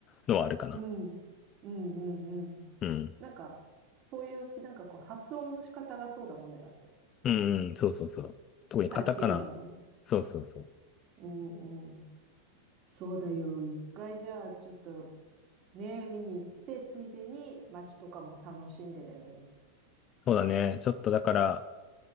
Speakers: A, on the left; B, on the right.
A: のはあるかな。
B: うん、うん、うん。うん
A: うん。
B: なんか、そういう、なんかこう、発音の仕方がそうだもんね、だって。
A: うんうん、そうそうそう。特にカタカナ。
B: ハリケーンだもんね。
A: そうそうそう。
B: うんうん。そうだよ。一回じゃあ、ちょっと、ね、見に行って、ついでに街とかも楽しんでだよね。
A: そうだね。ちょっとだから、